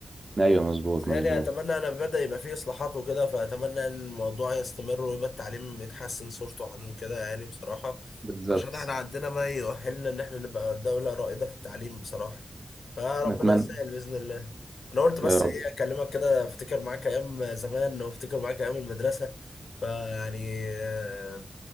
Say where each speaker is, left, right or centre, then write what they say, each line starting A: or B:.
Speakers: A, on the right; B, on the left.
A: ايوه مظبوط
B: بس يعني
A: مظبوط
B: اتمنى انا بدأ يبقى فيه اصلاحات وكده فاتمنى ان الموضوع يستمر ويبقى التعليم يتحسن صورته عن كده يعني بصراحة
A: بالظبط
B: عشان احنا عندنا ما يؤهلنا ان احنا نبقى دولة رائدة في التعليم بصراحة فربنا
A: نتمنى
B: يسهل بإذن الله انا قلت بس
A: يا رب
B: ايه اكلمك كده افتكر معاك ايام زمان وافتكر معاك ايام المدرسة فيعني آه،